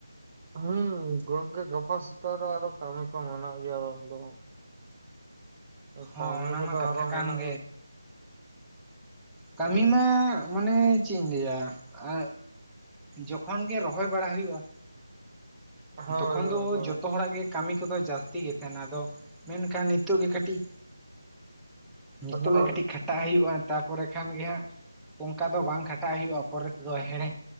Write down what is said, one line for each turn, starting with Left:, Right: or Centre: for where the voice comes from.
Right: ᱦᱮᱸ ᱜᱚᱝᱠᱮ ᱜᱟᱯᱟ ᱥᱮᱩᱛᱟᱹᱜ ᱨᱮ ᱟᱨᱚ ᱦᱚ ᱠᱟᱹᱢᱤ ᱠᱚ ᱢᱮᱱᱟᱜ ᱜᱮᱭᱟ ᱟᱫᱚ
Centre: ᱦᱚᱸ
Right: ᱠᱟᱹᱢᱤ
Centre: ᱚᱱᱟ
Right: ᱠᱚᱫᱚ
Centre: ᱢᱟ ᱠᱟᱛᱷᱟ
Right: ᱟᱨᱚ
Centre: ᱠᱟᱱ
Right: ᱢᱮᱱᱟᱜ ᱜᱮ
Centre: ᱠᱟᱹᱢᱤ
Right: ᱦᱮᱸ
Centre: ᱢᱟ ᱢᱟᱱᱮ ᱪᱮᱫ ᱤᱧ ᱞᱟᱹᱭᱟ ᱟ ᱡᱚᱠᱷᱚᱱ ᱜᱮ ᱨᱚᱦᱚᱭ ᱵᱟᱲᱟ ᱦᱤᱭᱩᱜᱼᱟ
Right: ᱦᱳᱭ
Centre: ᱛᱚᱠᱷᱚᱱ
Right: ᱦᱳᱭ
Centre: ᱫᱚ
Right: ᱦᱳᱭ
Centre: ᱡᱚᱛᱚ ᱦᱚᱲᱟᱜ ᱜᱮ ᱠᱟᱹᱢᱤ ᱠᱚᱫᱚ ᱡᱟᱹᱥᱛᱤ ᱜᱮ ᱛᱟᱦᱮᱱᱟ ᱟᱫᱚ ᱢᱮᱱᱠᱷᱟᱱ ᱱᱤᱛᱚᱜ ᱜᱮ ᱠᱟᱹᱴᱤᱡ ᱧᱤᱛᱚᱜ
Right: ᱦᱳᱭ
Centre: ᱜᱮ ᱠᱟᱹᱴᱤᱡ ᱠᱷᱟᱴᱟᱜ ᱦᱩᱭᱩᱜᱼᱟ ᱛᱟᱯᱚᱨᱮ ᱠᱷᱟᱱ ᱜᱮ ᱦᱟᱸᱜ ᱚᱝᱠᱟ ᱫᱚ ᱵᱟᱝ ᱠᱷᱟᱴᱟᱜ ᱦᱩᱭᱩᱜᱼᱟ ᱯᱚᱨᱮ ᱛᱮᱫᱚ ᱦᱮᱲᱮ